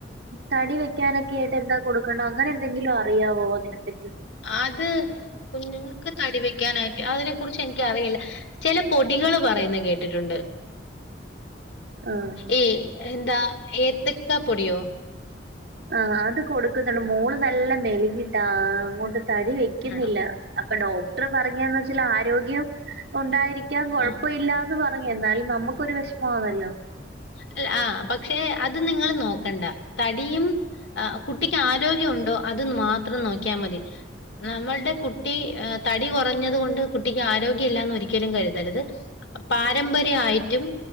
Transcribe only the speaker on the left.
അത് കുഞ്ഞുങ്ങക്ക് തടി വെക്ക ക്കാനായിട്ട് അതിനെ കുറിച്ച് എനിക്കറിയില്ല ചില പൊടി ടികൾ പറയുന്നത് കേട്ടിട്ടുണ്ട്
ഈ എന്താ ഏ എത്തക്കപ്പോടിയോ
ആണോ?
ആഹ്
അല്ല ആഹ് പക്ഷേ അത് നിങ്ങൾ നോക്കണ്ട തടിയും കുട്ടിക്ക് ആരോഗ്യം ഉണ്ടോ അത് മാത്രം നോക്കിയാൽ മതി നമ്മളുടെ കുട്ടി തടി കുറഞ്ഞത് കൊണ്ട് കുട്ടിക്ക് ആരോഗ്യ ഇല്ലാന്ന് ഒരിക്കലും കരുതരുത് പാരമ്പര്യാ യി പറ്റും